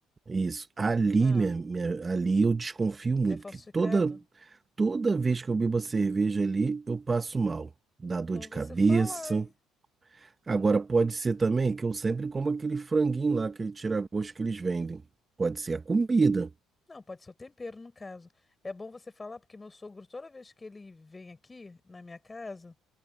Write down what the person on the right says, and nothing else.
Isso. Ali,
minha, minha- ali eu desconfio muito,
que toda. Toda vez que eu bebo a cerveja ali, eu passo mal. Dá dor
de
cabeça.
Agora, pode ser também que eu sempre como aquele franguinho lá, aquele tira-gosto que eles vendem. Pode ser a comida.